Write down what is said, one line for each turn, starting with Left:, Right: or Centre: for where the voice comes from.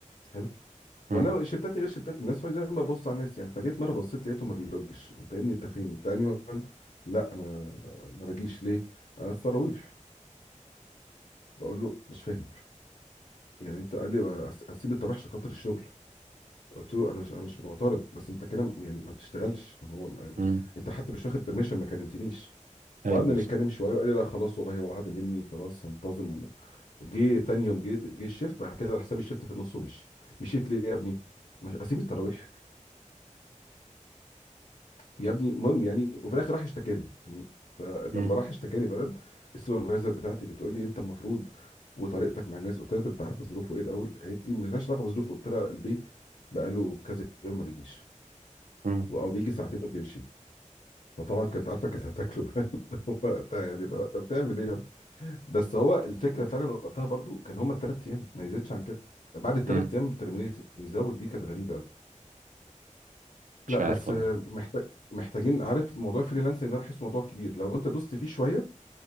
Left: حلو.
Right: مم.
Left: وانا شفتات غير شفتات الناس فزي ما ببص على الناس يعني فجيت مره بصيت لقيته ما بيلوجش انت يا ابني انت فين انت انهي وان لا انا ما باجيش ليه آه، التراويح بقول له مش فاهم يعني انت قال لي بقى أس- اسيب التراويح عشان خاطر الشغل قلت له انا مش انا مش معترض بس انت كده يعني ما بتشتغلش ما هو ما يعني،
Right: مم.
Left: انت حتى مش واخد برميشن ما كلمتنيش
Right: ايوه
Left: وقعدنا
Right: بس
Left: نتكلم شويه وقال لي لا خلاص والله هو وعد مني خلاص هنتظم جه تاني يوم جه جه الشيفت بعد كده راح ساب الشيفت في النص ومشي مشيت ليه يا ابني مش اسيب التراويح يا ابني المهم يعني وفي الاخر راح اشتكاني فلما
Right: مم.
Left: راح اشتكاني بقى السوبرفايزر بتاعتي بتقول لي انت المفروض وطريقتك مع الناس قلت لها طب انت عارفه ظروفه ايه الاول قالت لي ملهاش علاقه بظروفه قلت لها البيه بقى له كذا يوم ما بيجيش
Right: مم.
Left: او بيجي ساعتين وبيمشي فطبعا كانت عارفه كانت هتاكله بقى <laughs> وقتها يعني لا انت بتعمل ايه يعني بس هو الفكره فعلا وقتها برضو كان هما الثلاث ايام ما يزيدش عن كده بعد الثلاث
Right: مم.
Left: ايام ترمينيت ويزود دي كانت غريبه قوي
Right: مش
Left: لا
Right: عارف
Left: بس
Right: والله
Left: محتاج محتاجين عارف موضوع الفريلانسنج ده بحس موضوع كبير لو انت دوست فيه شويه